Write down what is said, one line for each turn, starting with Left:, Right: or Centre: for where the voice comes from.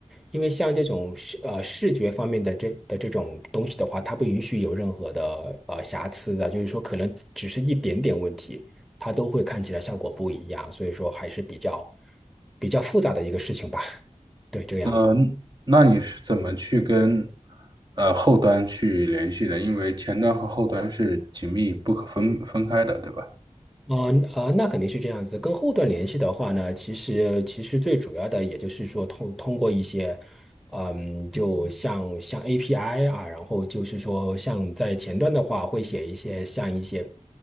Centre: 因为像这种视呃视觉方面的这的这种东西的话，它不允许有任何的呃瑕疵的，就是说可能只是一点点问题，它都会看起来效果不一样，所以说还是比较比较复杂的一个事情吧。对，这个样子。
Right: 嗯，那你是怎么去跟呃后端去联系的？因为前端和后端是紧密不可分分开的，对吧？
Centre: 啊啊，那肯定是这样子。跟后端联系的话呢，其实其实最主要的也就是说通通过一些，嗯，就像像 API 啊，然后就是说像在前端的话，会写一些像一些